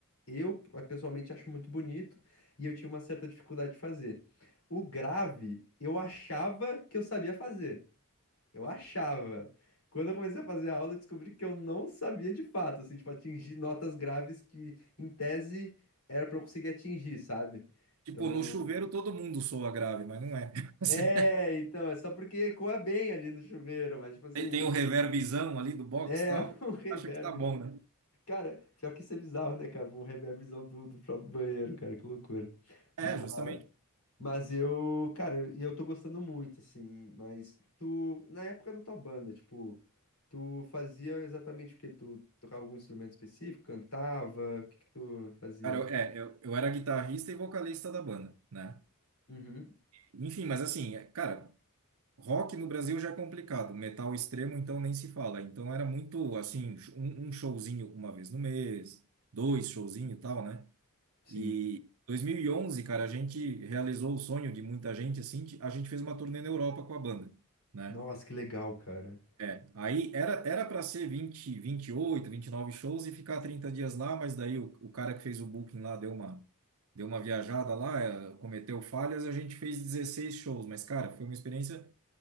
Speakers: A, on the left; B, on the right.
A: eu pessoalmente acho muito bonito e eu tinha uma certa dificuldade de fazer. O grave, eu achava que eu sabia fazer. Eu achava. Quando eu comecei a fazer a aula, eu descobri que eu não sabia de fato, assim, tipo, atingir notas graves que, em tese, era pra eu conseguir atingir, sabe?
B: Tipo,
A: Então,
B: no chuveiro todo mundo soa grave, mas não é. <laughs> Assim,
A: é, então, é só porque ecoa bem ali no chuveiro, mas, tipo assim.
B: Tem tem o reverbzão ali do box
A: É,
B: e tal,
A: <laughs> um reverb.
B: acha que tá bom, né?
A: Cara, pior que isso é bizarro, né, cara? Um reverbzão do, do próprio banheiro, cara, que loucura.
B: É,
A: Mas,
B: justamente.
A: mas eu, cara, e eu tô gostando muito, assim. Mas tu, na época da tua banda, tipo, tu fazia exatamente o quê? Tu tocava algum instrumento específico? Cantava? O que que tu fazia?
B: Cara, eu, é, eu, eu era guitarrista e vocalista da banda, né?
A: Uhum.
B: Enfim, mas assim, é, cara, rock no Brasil já é complicado, metal extremo então nem se fala. Então era muito, assim, um, um showzinho uma vez no mês, dois showzinho e tal, né?
A: Sim.
B: E 2011, cara, a gente realizou o sonho de muita gente, assim, de- a gente fez uma turnê na Europa com a banda, né?
A: Nossa, que legal, cara.
B: É, aí era era para ser vinte, vinte e oito, vinte e nove shows e ficar 30 dias lá, mas daí o, o cara que fez o booking lá deu uma deu uma viajada lá, eh, cometeu falhas, a gente fez 16 shows, mas cara, foi uma experiência